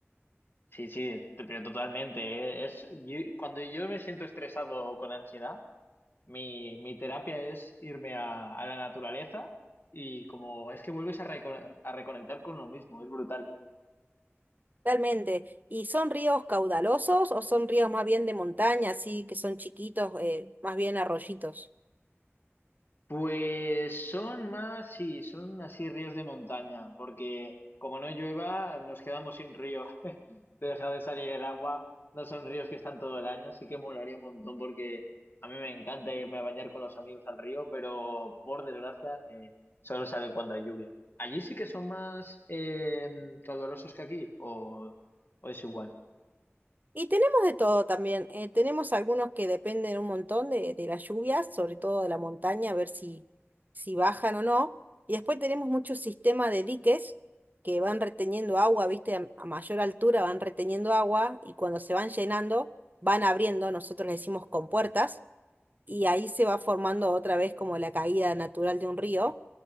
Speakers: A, on the left; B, on the right.
A: sí, sí, t- pero totalmente. ¿eh? Es, yo- cuando yo me siento estresado o con ansiedad, Mi, mi terapia es irme a, a la naturaleza y como es que vuelves a, recone- a reconectar con uno mismo, es brutal.
B: Totalmente. ¿Y son ríos caudalosos o son ríos más bien de montaña, así que son chiquitos, eh, más bien arroyitos?
A: Pues son más, sí, son así ríos de montaña, porque como no llueva, nos quedamos sin río. <laughs> Te deja de salir el agua, no son ríos que están todo el año, sí que molaría un montón porque a mí me encanta irme a bañar con los amigos al río, pero por desgracia eh, solo salen cuando hay lluvia. Allí sí que son más eh, caudalosos que aquí, o, o es igual.
B: Y tenemos de todo también. eh, tenemos algunos que dependen un montón de, de las lluvias, sobre todo de la montaña, a ver si, si bajan o no. Y después tenemos muchos sistemas de diques que van reteniendo agua, ¿viste? A, a mayor altura van reteniendo agua y cuando se van llenando van abriendo, nosotros le decimos compuertas y ahí se va formando otra vez como la caída natural de un río,